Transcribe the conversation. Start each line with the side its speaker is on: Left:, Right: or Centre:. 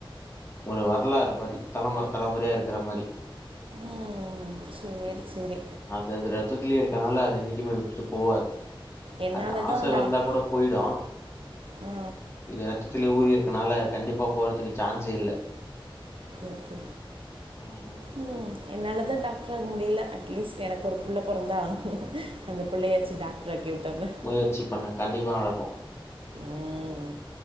Left: ஒரு வரலாறு மாரி தலமுற தலமுறையா இருக்கிற மாரி
Right: ம் சேரி சேரி
Left: அது அது ரத்தத்திலேயே இருக் அதுனால அது என்னைக்குமே விட்டுட்டு போவாது
Right: என்னால்
Left: அது ஆச
Right: தான் டாக்
Left: விருந்தா கூட போயிடு
Right: ஆ
Left: இது ரத்தலேயே ஊறி இருக்கனால கண்டிப்பா போறதுக்கு சான்ஸ் இல்ல
Right: ஓகே
Left: ம்
Right: ம் என்னால தா டாக்டர் ஆக முடியல அட்லீஸ்ட் எனக்கு ஒரு புள்ள பொறந்தா அந்த பிள்ளையாச்சு டாக்டராக்கி வுட்டாங்க
Left: முயற்சி பண்ணு கண்டிப்பா நடக்கு
Right: ம்